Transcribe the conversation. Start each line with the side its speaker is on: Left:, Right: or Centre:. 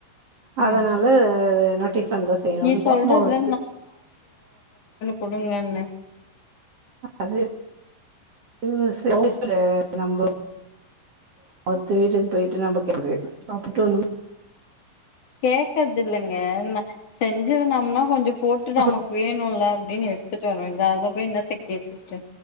Right: அதனால
Left: ம்
Right: <unintelligible> டிஃபன் தா செய்யணு
Left: நீ சொல்றது
Right: தோசமாவு இருக்கு
Left: கொடுங்கன்னு
Right: அது அது அவுங்க இஸ்டோலே நம்ம அத்த வீட்டுக்கு போய்ட்டு நம்ம கேக்ககூடாது சாப்புட்டு வந்துனோ
Left: கேக்கர்து இல்லங்க நா செஞ்சது நம்மனா கொஞ்சோ போட்டுட்டு
Right: அப்றோ
Left: நமக்கு வேணுல அப்டின்னு எடுத்துட்டு வரவேண்டிதா அதுல போய் என்னத்த கேட்டுகிட்டு